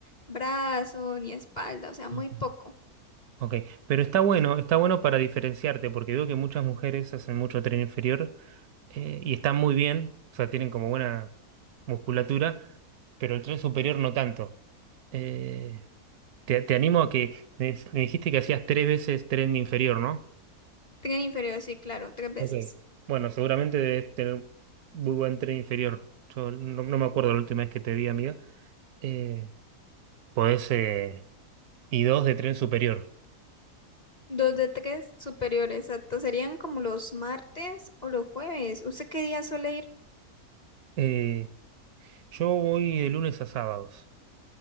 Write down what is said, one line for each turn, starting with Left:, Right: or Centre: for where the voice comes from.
Left: brazo ni espalda, o sea,
Right: Ujú.
Left: muy poco.
Right: Ok, pero está bueno, está bueno para diferenciarte, porque veo que muchas mujeres hacen mucho tren inferior eh, y están muy bien, o sea, tienen como buena musculatura, pero el tren superior no tanto. Eh, te, te animo a que me, me dijiste que hacías tres veces tren inferior, ¿no?
Left: Tren inferior, sí, claro, tres veces.
Right: Ok. Bueno, seguramente debes tener muy buen tren inferior. Yo no, no me acuerdo la última vez que te vi, amiga. Eh, podés, eh, y dos de tren superior.
Left: Dos de tres superiores, exacto. Serían como los martes o los jueves. ¿Usted qué día suele ir?
Right: Eh, yo voy de lunes a sábados.